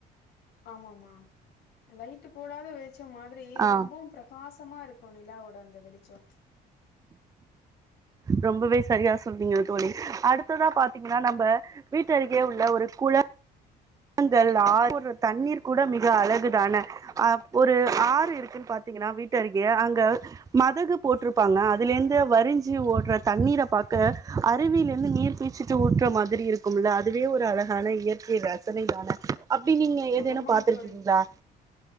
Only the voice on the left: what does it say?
ஆமாமா லைட்டு போடாத வெளிச்சம் மாதிரி
ரொம்பவு பிரகாசமா இருக் கு நிலாவோட அந்த வெளிச்சோ
ஆ
ஆமா
தோழி